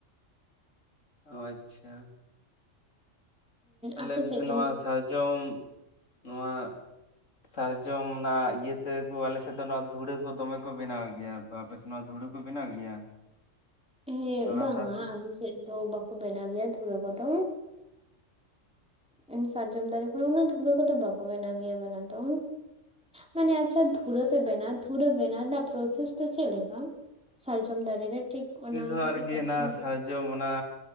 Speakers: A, on the left; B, in the centre.
A: ᱚ ᱟᱪᱪᱷᱟ᱾ ᱟᱞᱮ
B: ᱟᱯᱮ ᱥᱮᱫ
A: ᱫᱚ ᱱᱚᱣᱟ ᱥᱟᱨᱡᱚᱢ ᱱᱚᱣᱟ ᱥᱟᱨᱡᱚᱢ ᱚᱱᱟ ᱤᱭᱟᱹ ᱛᱮ ᱠᱚ ᱟᱞᱮ ᱥᱮᱫ ᱫᱚ ᱚᱱᱟ ᱫᱷᱩᱲᱟᱹ ᱠᱚ ᱫᱚᱢᱮ ᱠᱚ ᱵᱮᱱᱟᱣ ᱜᱮᱭᱟ᱾ ᱛᱚ ᱟᱯᱮ ᱥᱮ ᱱᱚᱣᱟ ᱫᱷᱩᱲᱟᱹ ᱠᱚ ᱵᱮᱱᱟᱣ ᱜᱮᱭᱟ?
B: ᱤᱭᱟᱹ
A: ᱚᱱᱟ
B: ᱵᱟᱝᱟ
A: ᱨᱟᱥᱟ ᱛᱮ
B: ᱟᱞᱮ ᱥᱮᱡ ᱫᱚ ᱵᱟᱠᱚ ᱵᱮᱱᱟᱣ ᱜᱮᱭᱟ ᱫᱷᱩᱲᱟᱹ ᱠᱚᱫᱚ᱾ ᱤᱧ ᱥᱟᱨᱡᱚᱢ ᱫᱟᱨᱮ ᱠᱷᱚ ᱩᱱᱟᱹᱜ ᱫᱷᱩᱲᱟᱹ ᱠᱚᱫᱚ ᱵᱟᱠᱚ ᱵᱮᱱᱟᱣ ᱜᱮᱭᱟ ᱵᱚᱱᱮ ᱫᱚ᱾ ᱢᱟᱱᱮ ᱟᱪᱪᱷᱟ ᱫᱷᱩᱨᱟᱹ ᱯᱮ ᱵᱮᱱᱟᱣ ᱫᱷᱩᱨᱟᱹ ᱵᱮᱱᱟᱣ ᱨᱮᱱᱟᱜ ᱯᱨᱚᱥᱮᱥ ᱫᱚ ᱪᱮᱜ ᱞᱮᱠᱟ? ᱥᱟᱨᱡᱚᱢ ᱫᱟᱨᱮ ᱨᱮ ᱴᱷᱤᱠ᱾ ᱚᱱᱟ
A: ᱤ ᱫᱚ
B: ᱠᱟᱹᱴᱤᱡ
A: ᱟᱨᱠᱤ
B: ᱠᱚᱥᱪᱮᱱ
A: ᱚᱱᱟ ᱥᱟᱨᱡᱚᱢ ᱚᱱᱟ